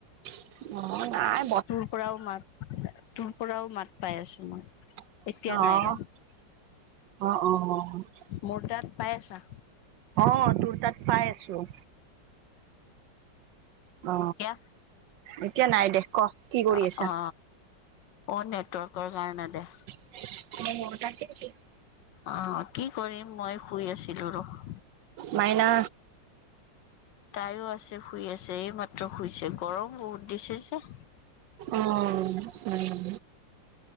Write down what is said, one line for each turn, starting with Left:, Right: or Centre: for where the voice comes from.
Right: অ', নাই
Left: তোৰ পৰাও মাত, তোৰ পৰাও মাত পাই আছোঁ মই।
Right: অ',
Left: এতিয়া নাই ৰ
Right: অ', অ', অ'।
Left: মোৰ তাত পাই আছা?
Right: অ, তোৰ তাত পাই আছোঁ। অ,
Left: এতিয়া
Right: এতিয়া নাই দে, ক'। কি কৰি
Left: অ,
Right: আছা
Left: অ। অ' নেটৱৰ্কৰ কাৰণে দে।
Right: <unintelligible>
Left: আহ কি কৰিম, মই শুই আছিলো ৰহ।
Right: মাইনা
Left: তাইও আছে, শুই আছে। এইমাত্ৰ শুইছে। গৰম বহুত দিছে যে।
Right: অহ, উম।